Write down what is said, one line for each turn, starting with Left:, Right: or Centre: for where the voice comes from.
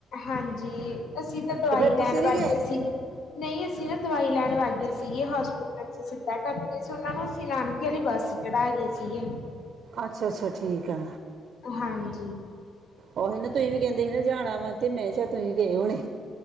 Left: ਹਾਂਜੀ ਅਸੀਂ ਤਾਂ ਦਵਾਈ
Right: ਤੇ ਫਿਰ
Left: ਲੈਣ
Right: ਤੁਸੀਂ ਨੀ
Left: ਵੱਗ ਗਏ ਸੀਗੇ ਨਹੀਂ ਅਸੀਂ ਨਾ ਦਵਾਈ ਲੈਣ ਵੱਗ ਗਏ ਸੀਗੇ ਹੋਸਪਿਟਲ ਚ ਸਿੱਧਾ ਟੱਪ ਗਏ ਸੀ ਉਹਨਾਂ ਨੂੰ ਅਸੀਂ ਨਾਨਕੀ ਵਾਲੀ ਬੱਸ ਸੀ ਕਢਾ ਗਏ ਸੀਗੇ
Right: ਅੱਛਾ ਅੱਛਾ ਠੀਕ ਆ
Left: ਹਾਂਜੀ।
Right: ਉਹੀ ਨਾ ਤੁਸੀਂ ਵੀ ਕਹਿੰਦੇ ਸੀ ਨਾ ਜਾਣਾ ਵਾ ਤੇ ਮੈਂ ਕਿਹਾ ਸ਼ਾਇਦ ਤੁਸੀਂ ਵੀ ਗਏ ਹੋਣੇ